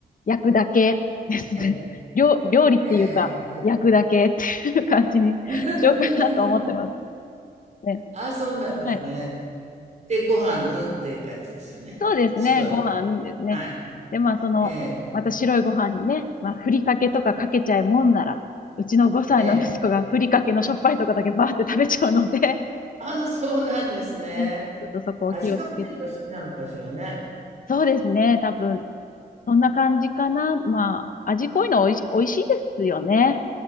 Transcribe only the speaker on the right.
ええ、
ええ、ええ
<laughs>。
ああ、そうなんですね。
で、ご飯、うんっていう感じですよね。
白いご飯。
はい。
ええ、
ええ。ああ、そうなんですね。
味が濃いのが好きなのかしらね。